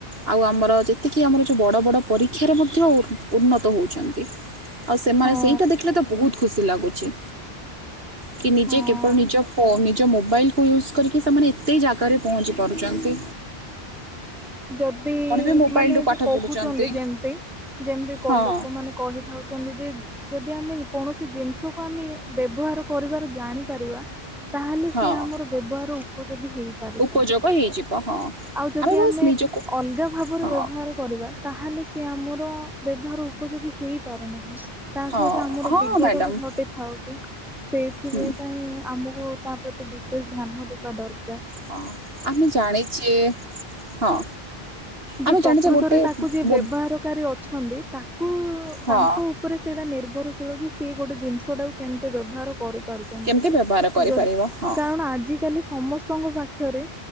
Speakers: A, on the right; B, in the centre.
A: ଆଉ ଆମର ଯେତିକି ଆମର ଯଉ ବଡ଼ ବଡ଼ ପରୀକ୍ଷାରେ ମଧ୍ୟ ଉନ୍ ଉନ୍ନତ ହଉଚନ୍ତି। ଆଉ ସେମାନେ
B: ହଁ
A: ସେଇଟା ଦେଖିଲେ ତ ବହୁତ ଖୁସି ଲାଗୁଚି। କି ନିଜେ
B: ହଁ।
A: କେବଳ ନିଜ ଫୋନ୍ ନିଜ ମୋବାଇଲକୁ ୟୁଜ୍ କରିକି ସେମାନେ ଏତେ ଜାଗାରେ ପହଞ୍ଚି ପାରୁଚନ୍ତି।
B: ଯଦି
A: ବି ମୋବାଇଲରୁ
B: ମାନେ
A: ପାଠ
B: ଯେ କହୁଚନ୍ତି
A: ପଢ଼ୁଛନ୍ତି
B: ଯେମତି ଯେମତି
A: ହଁ
B: କ ଲୋକ ମାନେ କହିଥାଉଚନ୍ତି ଯେ ଯଦି ଆମେ କୌଣସି ଜିନିଷକୁ ଆମେ ବ୍ୟବହାର କରିବାର ଜାଣିପାରିବା ତାହେଲେ
A: ହଁ
B: ସିଏ ଆମର ବ୍ୟବହାର ଉପଯୋଗୀ ହେଇପାରିଥାଉଚି।
A: ଉପଯୋଗ ହେଇଯିବ ହଁ
B: ଆଉ ଯଦି
A: ବାସ୍
B: ଆମେ
A: ନିଜକୁ
B: ଅଲଗା ଭାବରେ
A: ହଁ
B: ବ୍ୟବହାର କରିବା, ତାହେଲେ ସେ ଆମର ବ୍ୟବହାର ଉପଯୋଗୀ ହେଇପାରୁନାହିଁ। ତା
A: ହଁ
B: ସହିତ ଆମର
A: ହଁ
B: ବିଘଟ
A: ମ୍ୟାଡ଼ାମ୍
B: ବି ଘଟି ଥାଉଚି। ସେଇଥି
A: ହୁଁ
B: ପାଇଁ ପାଇଁ ଆମକୁ ତା ପ୍ରତି ବିଶେଷ ଧ୍ୟାନ ଦେବା ଦର
A: ହଁ। ଆମେ ଜାଣିଚେ ହଁ।
B: ଯେ
A: ଆମେ
B: ପ୍ରକୃତରେ
A: ଜାଣିଛେ ଗୋଟେ
B: ତାକୁ ଯିଏ
A: ବୋ-
B: ବ୍ୟବହାରକାରୀ ଅଛନ୍ତି ତାକୁ
A: ହଁ
B: ତାଙ୍କୁ ଉପରେ ସେଇଟା ନିର୍ଭରଶୀଳ ଯେ ସିଏ ଗୋଟେ ଜିନିଷ ଟାକୁ କେମିତି ବ୍ୟବହାର କରି ପାରୁଚନ୍ତି।
A: କେମିତି ବ୍ୟବହାର କରିପାରିବ
B: ଯ
A: ହଁ
B: କାରଣ ଆଜି କାଲି ସମସ୍ତଙ୍କ ପାଖରେ